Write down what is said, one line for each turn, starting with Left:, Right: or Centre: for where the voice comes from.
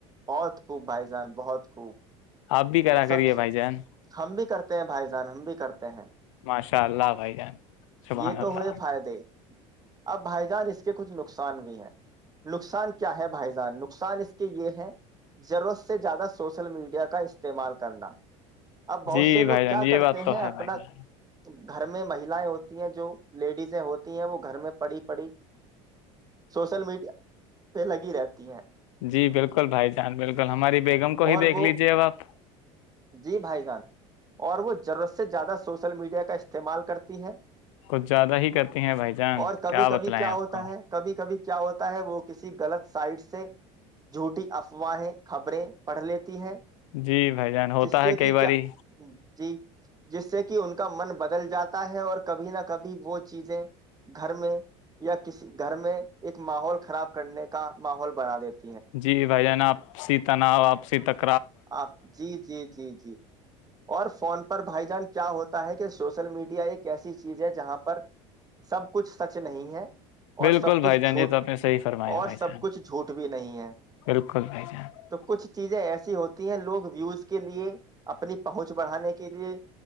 Right: بہت خوب بھائی جان بہت خوب
Left: آپ بھی کرا
Right: سب
Left: کریے بھائی جان
Right: ہم بھی کرتے ہیں بھائی جان ہم بھی کرتے ہیں
Left: ماشاء اللہ بھائی جان سبحان
Right: یہ تو
Left: اللہ
Right: ہوئے فائدے اب بھائی جان کچھ نقصان بھی ہیں نقصان کیا ہے بھائی جان نقص قصان اس کے یہ ہے ضرورت سے زیادہ سوشل میڈیا کا اس استعمال کرنا اب بہت
Left: جی
Right: سے لوگ
Left: بھائی جان
Right: کیا
Left: یہ
Right: کرتے
Left: بات تو
Right: ہیں
Left: ہے
Right: اپنا
Left: بھائی جان
Right: گھر میں مہییں ہوتی ہیں جو لیڈیزیں ہوتی ہیں وہ گھر میں پڑھی پڑھی سوشل میڈیا پہ لگی رہتی ہیں
Left: جی بالکل بھائی جان بالکل ہماری بیگم کو ہی
Right: اور
Left: دیکھ
Right: وہ
Left: لیجیے اب آپ
Right: جی بھائی جان اور وہ ضرورت سے زیادہ سوشل میڈیا کا استعمال کرتی ہیں
Left: کچھ زیادہ ہی کرتی ہیں بھائی جان
Right: اور کبھی
Left: کیا
Right: کبھی
Left: بتلیں
Right: ہوتا
Left: آپ کو
Right: ہے کبھی کبھی کیا ہوتا ہے وہ کسی غلط سائٹ سے جھوٹی افواہیں خبریں پڑھ لیتی ہیں
Left: جی بھائی جان ہوتا
Right: جس سے
Left: ہے کئی
Right: کہ
Left: باری
Right: کیا جی جس سے کہ ان کا من بدل جاتا ہے اور کبھی نہ کبھی وہ چیزیں گھر میں یا کسی گھر میں ایک ماحول خراب کرنے کا ماحول بنا دیتا
Left: جی بھائی جانا آپ آپسی تناؤ آپسی تک
Right: آپ جی جی جی جی اور فون پر بھائی جان کیا ہوتا ہے کہ سوشل میڈیا ایک ایسی چیز ہے جہاں پر سب کچھ سچ نہیں ہے اور
Left: بالکل
Right: سب
Left: بھائی
Right: کچھ
Left: جان
Right: جھوٹ
Left: یہ تو آپ نے صحیح فرمایا
Right: اور
Left: بھائی
Right: سب
Left: جان
Right: کچھ جھوٹ بھی نہیں ہے
Left: بالکل بھائی جان
Right: تو کچھ چیزیں ایسی ہوتی لوگ ویوز کے لیے اپنی پہنچ بڑھانے کے لیے